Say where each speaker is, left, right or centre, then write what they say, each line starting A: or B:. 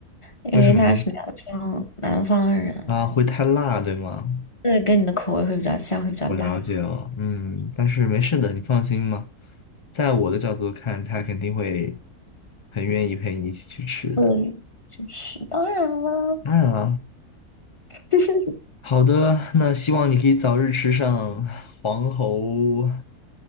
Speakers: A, on the left (about 20°); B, on the left (about 50°).
A: 因为他是南方南方人，
B: 为什么呢？啊，会太辣，对吗？
A: 对，跟你的口味会比较像，会比较辣。
B: 我了解了，嗯，但是没事的，你放心吧。在我的角度看，他肯定会很愿意陪你一起去吃的。
A: 对，就是当然了，
B: 当然了，
A: <laughs>
B: 好的，那希望你可以早日吃上黄喉